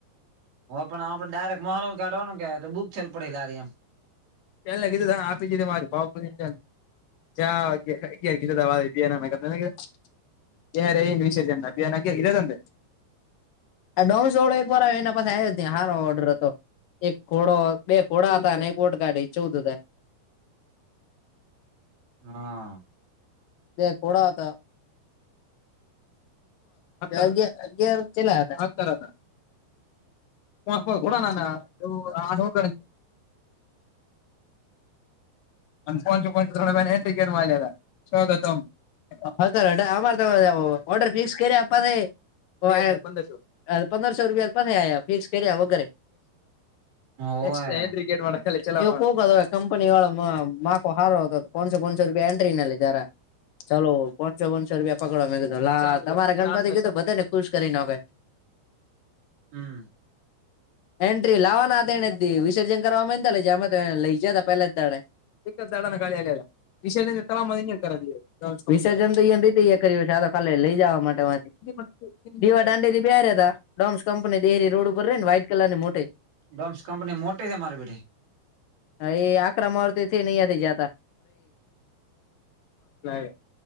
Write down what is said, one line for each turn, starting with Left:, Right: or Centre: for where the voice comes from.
Right: હ પણ આપણે ડાયરેક્ટ મહા કાઢવાનું કે બુક છેલ્લ પડેલા એમ
Left: એને કીધું આપી જી મારી ભ જા ઘ દવા લેધ એના ક એ હારે એ વિશષ જ અભિયાન એ રહ તંતે આ ડોમસોળો એક વાર એના પાસે આવ્યો ત હારો ઓર્ડર હતો એક ખોડો બે ખોડા હતા અને એક ગોટ ગાઢી ચૌદ હતા
Right: હા
Left: એ ખોડા હતા અગિયાર કેલા હતા હતા હ કોડા નાંગ અને કોન છે કોન છે થોડા મે ગેટ માલાવાગતમ હા સર અમારે તો ઓર્ડર ફિક્સ કર્યા આપવા પંદો પંદરસો રૂપિયા પાછ્યા ફિક્સ કર્યા વગરે
Right: હોય
Left: કંપની વાળ માખ હારો હતોનસો પાચસો રૂપિયા એન્ટ્રી નાને લે જરા ચાલલો પોચસો પાંચસો રૂપિયા પકડવા મેં કીધો લા તમારે ગણપતિ કીધું બધે ને ખુશ કરીને હોે
Right: હમ્મ
Left: એન્ટ્રી લાવવાના હતા એને વિસર્જન કરવા તા લમે તો લઇ જયાતા પેલા જ દાડે ચાડા ગાલી લ વિશ તલામમાં ની કર વિસર્જન તો અહ ન કર્યું છે ખાલી લઈ જવા માટેથી દીવા દાંડીથી બાર હતા ડોમ્સ કંપની દેરી રોડ ઉપર રે ને વ્હાઈટ કલર ને મોટે
Right: ડોમ્સ કંપની મોટટીઈ મારે બેડી
Left: અ એ આ ક્રમ વર્ નહી જતા <unintelligible>